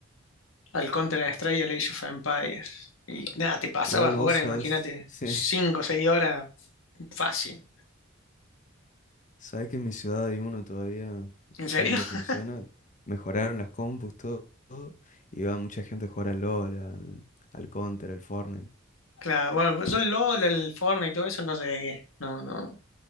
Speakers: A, on the left; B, on the left.
A: al Counter-Strike y al Age of Empires. Y nada, te pasabas
B: Igual vos
A: horas,
B: sabes.
A: imagínate,
B: <laughs> Sí,
A: 5 o 6 horas, fácil.
B: Sabes que en mi ciudad hay uno todavía, un
A: ¿En
B: ciber
A: serio?
B: que funciona.
A: <laughs>
B: Mejoraron las compus, todo, todo, y va mucha gente a jugar al LOL, al, al Counter, al Fortnite.
A: Claro, bueno, yo el LOL, el Fortnite y todo eso no llegué. No, no.